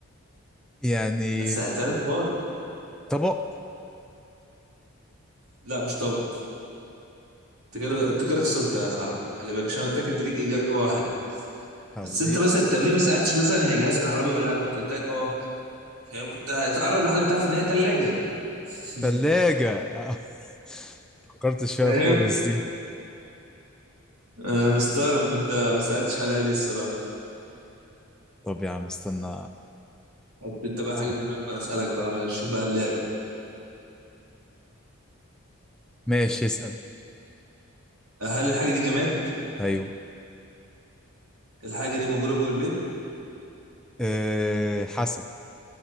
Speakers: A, in the centre; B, on the right.
A: يعني
B: بس سهلتها لك خالص
A: طبق
B: لا مش طبق انت كده انت كده خسرت يا صاحبي خلي بالك عشان قلت لك انت ليك اجابه واحده
A: حاول
B: بس انت
A: ايه
B: مثلا طب ليه ما سالتش مثلا هي جهاز كهربي ولا لا كنت قلت لك اه فاهم كنت هتقرب لحد ما تعرف ان هي ثلاجه <laughs>
A: تلاجة آه، <laughs> فكرت فيها
B: فاهم
A: خالص دي
B: انا مستغرب انت ما سالتش عليها ليه الصراحه
A: طب يا عم استنى
B: حط انت بقى حاجه
A: استنى.
B: في دماغك وانا اسالك بقى شوف بقى لعبي
A: ماشي اسأل
B: هل الحاجه دي جماد
A: ايوه
B: الحاجه دي موجوده جوه البيت
A: إيه حسب